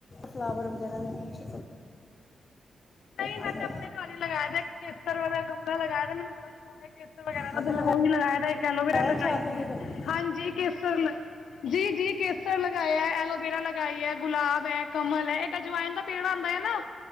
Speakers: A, on the left; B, on the left.
A: ਫਲਾਵਰ ਵਗੈਰਾ ਜਾ ਕੁਛ
B: ਨਹੀਂ ਮੈਂ
A: ਅੱਛਾ
B: ਤੇ ਆਪਣੇ ਘਰ ਹੀ ਲਗਾਇਆ ਵਾ ਇਕ ਕੇਸਰ ਵਾਲਾ ਗਮਲਾ ਲਗਾਇਆ ਵਾ ਮੈਨੂੰ ਬੜਾ ਸ਼ੌਕ ਤੇ ਕੇਸਰ ਵਗੈਰਾ
A: ਮੈਂ ਕਿਹਾ ਲਗਾ
B: ਉਹ ਉਹੀ ਲਗਾਇਆ ਤੇ ਇੱਕ ਐਲੋਵੇਰਾ
A: ਆਇਆ
B: ਲਗਾਈ
A: ਛੱਤ
B: ਹੋਈ
A: ਤੇ
B: ਏ
A: ਕੋਈ
B: ਹਾਂਜੀ ਕੇਸਰ ਜੀ ਜੀ ਕੇਸਰ ਲਗਆ ਐਲੋਵੇਰਾ ਲਗਾਈ ਏ ਗੁਲਾਬ ਕਮਲ ਏ ਇੱਕ ਅਜਵਾਇਨ ਦਾ ਪੇੜ ਆਂਦਾ ਐ ਨਾ